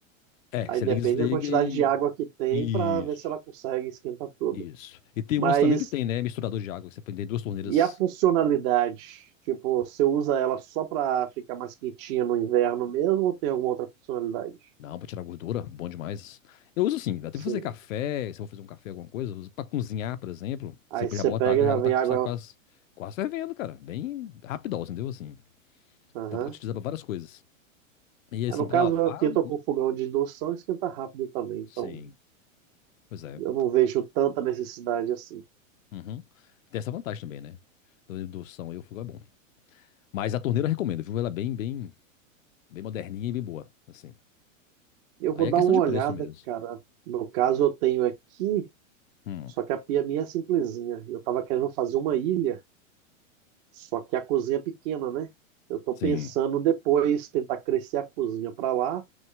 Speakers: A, on the left (about 70°); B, on the right (about 45°).
A: É,
B: Aí
A: você
B: depende
A: liga, e desliga
B: da quantidade
A: e.
B: de água que tem
A: Isso.
B: para ver se ela consegue esquentar tudo.
A: Isso. E tem
B: Mas
A: umas também que tem, né? Misturador de água. que Você põe- tem duas torneiras
B: e a funcionalidade? Tipo, você usa ela só para ficar mais quentinha no inverno mesmo ou tem alguma outra funcionalidade?
A: na água pra tirar gordura. Bom demais. Eu uso sim. Até
B: Sim.
A: pra fazer café. Se eu vou fazer um café, alguma coisa. eu uso Pra cozinhar, por exemplo.
B: Aí
A: Você
B: você
A: já bota
B: pega
A: água
B: e já
A: e a água
B: vem
A: tá,
B: água.
A: sai quase, quase fervendo, cara. Bem rapidão, entendeu? Assim.
B: Aham.
A: Dá pra utilizar pra várias coisas. E assim,
B: É, no
A: pra
B: caso,
A: lavar,
B: aqui eu
A: muito-
B: tô com fogão de indução, esquenta rápido também. Então
A: sim. Pois é.
B: eu não vejo tanta necessidade assim.
A: Uhum. Tem essa vantagem também, né? Do indução e o fogo é bom. Mas a torneira eu recomendo, viu? Ela é bem, bem, bem moderninha e bem boa. Assim.
B: Eu vou
A: Aí é
B: dar
A: questão
B: uma
A: de
B: olhada,
A: preço mesmo.
B: cara. No caso, eu tenho aqui,
A: Hum.
B: só que a pia minha é simplesinha. Eu tava querendo fazer uma ilha. Só que a cozinha é pequena, né? Eu tô pensando
A: Sim.
B: depois tentar crescer a cozinha para lá